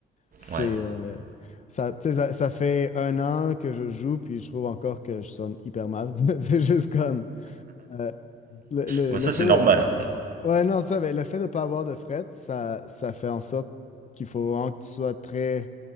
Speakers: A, on the left; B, on the right.
A: C'est
B: Ouais.
A: euh, ça, tu sais, ça, ça fait un an que je joue, puis je trouve encore que je sonne hyper mal. <laughs> C'est juste comme euh, le, le-
B: Bon,
A: le
B: ça
A: fait
B: c'est
A: de
B: normal.
A: ouais non ça, mais le fait de ne pas avoir de fret, ça, ça fait en sorte qu'il faut vraiment que tu sois très